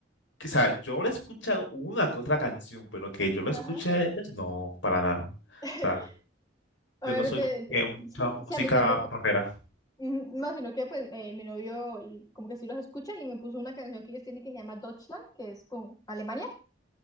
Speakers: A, on the left (about 80°); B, on the left (about 20°).
A: o sea, yo le he escuchado una que otra canción, pero que yo lo
B: Ajá.
A: escuché a ellos, no, para nada.
B: <laughs>
A: o sea
B: Obviamente,
A: Yo no soy como que
B: eh,
A: mucha
B: sí, sí,
A: música
B: a mí tampoco.
A: rockera.
B: Mm, No, sino que pues eh, mi novio l- como que sí los escucha y me puso una canción que ellos tienen que se llama Deutschland, que es como Alemania.